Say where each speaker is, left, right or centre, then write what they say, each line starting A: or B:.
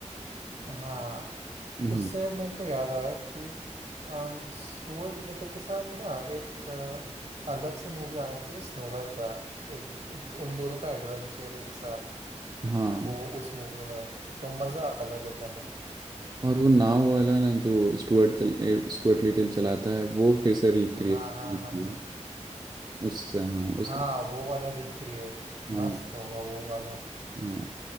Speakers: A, on the right; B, on the right.
A: हाँ
B: हम्म
A: उससे मेरे को याद आया कि अम, स्टुअर्ट लिटिल के साथ ना एक अ, अलग से मूवी आना चाहिए स्नोबेल का एक उन दोनों का एडवेंचर एक साथ
B: हाँ
A: हो उस मूवी में तो मजा आ जाए देखने में
B: और वो नाव वाला ना जो स्टुअर्ट चल ए, स्टुअर्ट लिटिल चलाता है वो फिर से रिक्रिएट
A: हाँ
B: किए
A: हाँ हाँ हाँ
B: उससे हाँ
A: हाँ
B: उसका
A: वो वाला रिक्रिएट
B: हाँ
A: मस्त होगा वो वाला
B: हाँ